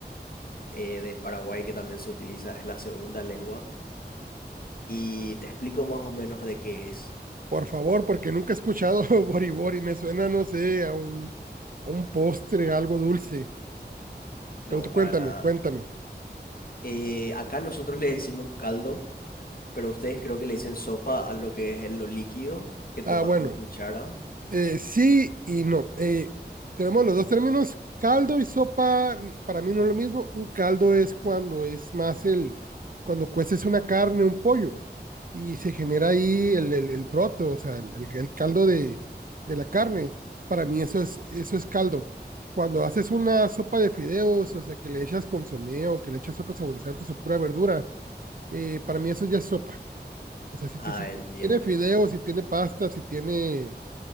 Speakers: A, on the left; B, on the right.
A: eh, de Paraguay que también se utiliza, es la segunda lengua. Y te explico más o menos de qué es.
B: por favor, porque nunca he escuchado <laughs> bori bori. Me suena, no sé, a un, a un postre, a algo dulce.
A: No,
B: Pero tú cuéntame,
A: para nada.
B: cuéntame.
A: Eh, acá nosotros le decimos caldo, pero ustedes creo que le dicen sopa a lo que es lo líquido que tomás
B: Ah, bueno,
A: con cuchara.
B: Eh, sí y no. Eh, tenemos los dos términos. Caldo y sopa, n- para mí no es lo mismo. Un caldo es cuando es más el, cuando cueces una carne, un pollo, y se genera ahí el, el, el proto, o sea, el, el- el caldo de, de la carne. Para mí eso es, eso es caldo. Cuando haces una sopa de fideos, o sea, que le echas consomé o que le echas otros saborizantes o pura verdura, eh, para mí eso ya es sopa. O sea, si,
A: Ah,
B: ti- si ti-
A: entiendo.
B: si tiene fideos, si tiene pasta, si tiene